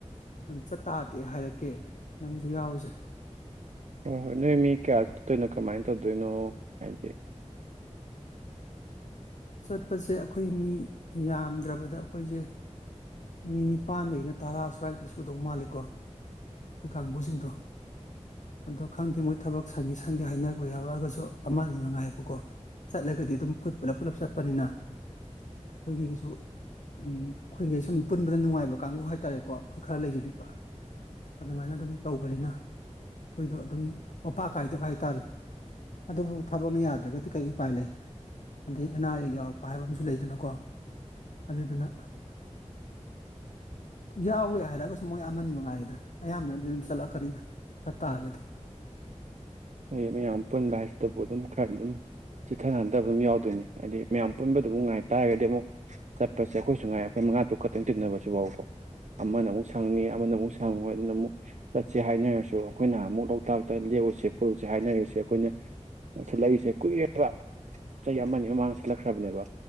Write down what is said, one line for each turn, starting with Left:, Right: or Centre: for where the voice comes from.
Left: ꯆꯠꯇꯥꯥ꯭ꯔꯗꯤ ꯍꯥꯏꯔꯛꯀꯦ ꯅꯪꯁꯨ ꯌꯥꯎꯔꯨꯁꯦ
Right: ꯍꯣꯏ ꯍꯣꯏ ꯅꯣꯏ ꯃꯤ ꯀꯌꯥ ꯆꯠꯇꯣꯏꯅꯣ ꯀꯃꯥꯏꯅ ꯇꯧꯗꯣꯏꯅꯣ ꯍꯥꯏꯗꯤ
Left: ꯆꯠꯄꯁꯦ ꯑꯩꯈꯣꯏ ꯃꯤ ꯌꯥꯝꯗ꯭ꯔꯕꯗ ꯑꯩꯈꯣꯏꯁꯦ ꯃꯤ ꯅꯤꯄꯥꯟꯗꯒꯤꯅ ꯇꯔꯥ ꯁ꯭ꯋꯥꯏꯃꯨꯛꯇꯤ ꯁꯨꯗꯧ ꯃꯥꯜꯂꯤꯀꯣ ꯑꯩꯈꯣꯏ ꯀꯥꯡꯕꯨꯁꯤꯡꯗꯣ ꯑꯗꯣ ꯈꯪꯗꯦ ꯃꯣꯏ ꯊꯕꯛ ꯁꯪꯉꯤ ꯁꯪꯗꯦ ꯍꯥꯏꯅꯕ ꯌꯥꯎꯔꯛꯑꯒꯁꯨ ꯑꯃ ꯑꯅꯤ ꯃꯉꯥꯏ ꯍꯥꯏꯕꯀꯣ ꯆꯠꯂꯒꯗꯤ ꯑꯗꯨꯝ ꯑꯩꯈꯣꯏ ꯄꯨꯂꯞ ꯄꯨꯂꯞ ꯆꯠꯄꯅꯤꯅ ꯑꯩꯈꯣꯏꯒꯤꯁꯨ ꯎꯝ ꯑꯩꯈꯣꯏꯒꯤ ꯁꯨꯝ ꯄꯨꯟꯕꯗ ꯅꯨꯡꯉꯥꯏꯕ ꯀꯥꯡꯕꯨ ꯍꯥꯏꯇꯥꯔꯦ ꯀꯣ ꯑꯩꯈꯣꯏ ꯈꯔ ꯂꯩꯔꯤꯕ ꯑꯗꯨꯃꯥꯏꯅ ꯑꯗꯨꯝ ꯇꯧꯕꯅꯤꯅ ꯑꯩꯈꯣꯏꯗꯣ ꯑꯗꯨꯝ ꯄꯣꯠꯄꯥ ꯀꯥꯏꯗꯕ ꯍꯥꯏꯇꯥꯔꯦ ꯑꯗꯨꯕꯨ ꯊꯕꯛꯅ ꯌꯥꯗ꯭ꯔꯒꯗꯤ ꯀꯩ ꯎꯄꯥꯏ ꯂꯩ ꯑꯗꯒꯤ ꯑꯅꯥ ꯑꯥꯥꯌ‌ꯦꯛ ꯌꯥꯎꯔꯛꯄ ꯍꯥꯏꯕ ꯑꯃꯁꯨ ꯂꯩꯗꯅꯀꯣ ꯑꯗꯨꯗꯨꯅ ꯌꯥꯎꯔ‌ꯣꯏ ꯍꯥꯏꯔꯛꯑꯒꯁꯨ ꯃꯣꯏ ꯑꯃ ꯑꯅꯤ ꯃꯉꯥꯏꯔ‌ꯦꯗ ꯑꯌꯥꯝꯕꯅꯗꯤ ꯑꯗꯨꯝ ꯆꯠꯂꯛꯀꯅꯤꯗ ꯆꯠꯇ ꯔꯒꯗꯤ
Right: ꯃ ꯃꯌꯥꯝ ꯄꯨꯟꯗ ꯍꯥꯏꯁꯤꯗꯕꯨ ꯑꯗꯨꯝ ꯈꯔꯗꯤ ꯑꯗꯨꯝ ꯆꯤꯊ ꯅꯥꯟꯗꯕ ꯑꯗꯨꯝ ꯌꯥꯎꯗꯣꯏꯅꯤ ꯍꯥꯏꯗꯤ ꯃꯌꯥꯝ ꯄꯨꯟꯕꯗ ꯑꯃꯨꯛ ꯉꯥꯏ ꯇꯥꯔꯒꯗꯤ ꯑꯃꯨꯛ ꯆꯠꯄꯁꯦ ꯑꯩꯈꯣꯏꯁꯨ ꯉꯥꯏ ꯑꯩꯈꯣꯏ ꯃꯉꯥ ꯇꯥꯔꯨꯛ ꯈꯛ ꯄꯨꯟꯕꯁꯤꯗ ꯑꯃꯅ ꯑꯃꯨꯛ ꯁꯪꯅꯤ ꯑꯃꯅ ꯑꯃꯨꯛ ꯊꯪꯉꯣꯏ ꯑꯗꯨꯅ ꯑꯃꯨꯛ ꯆꯠꯁꯦ ꯍꯥꯏꯅꯔꯁꯨ ꯑꯩꯈꯣꯏꯅ ꯑꯃꯨꯛ ꯂꯣꯛꯇꯥꯛꯇ ꯂꯦꯛꯎꯁꯦ ꯀ꯭ꯔꯨꯁꯦ ꯍꯥꯏꯅꯔꯤꯁꯦ ꯑꯩꯈꯣꯏꯅ ꯁꯤꯜꯂꯛꯏꯁꯦ ꯀꯨꯏꯔ‌ꯦꯕ ꯆꯍꯤ ꯑꯃꯅꯤ ꯃꯃꯥꯡꯗ ꯁꯤꯠꯂꯛꯈ꯭ꯔꯕꯅꯦꯕ